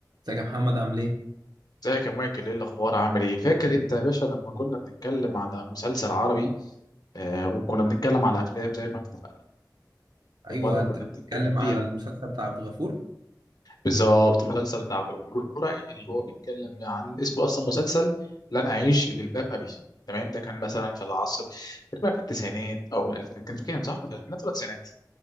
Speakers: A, on the right; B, on the left.
A: ازيك يا محمد عامل ايه؟
B: ازيك يا مايكل ايه الاخبار عامل ايه فاكر انت يا باشا لما كنا بنتكلم على مسلسل عربي آه وكنا بنتكلم على افلام زي ما اتفقنا في
A: ايوه
B: المره كنا
A: انت بتتكلم
B: بنتكلم فيها
A: على المسلسل بتاع عبد الغفور
B: بالظبط المسلسل بتاع عبد الغفور البرعي اللي هو بيتكلم عن اسمه اصلا مسلسل لا انا اعيش في جلباب ابي تمام ده كان مثلا في العصر تقريبا في التسعينات او في الالفينات كان في كام صح في الالفينات ولا التسعينات